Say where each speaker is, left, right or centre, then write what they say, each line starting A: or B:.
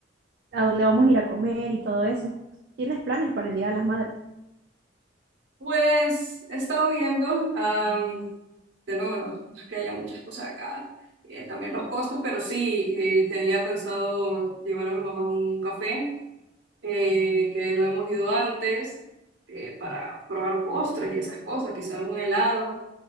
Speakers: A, on the right; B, on the right.
A: a dónde vamos a ir a comer y todo eso. ¿Tienes planes para el Día de las Madres?
B: Pues he estado viendo, am, de nuevo, no, no es que haya muchas cosas acá, eh, también los costos, pero sí, eh, tenía pensado llevar a mi mamá un café eh, que no hemos ido antes eh, para probar postres y esas cosas, quizás un helado.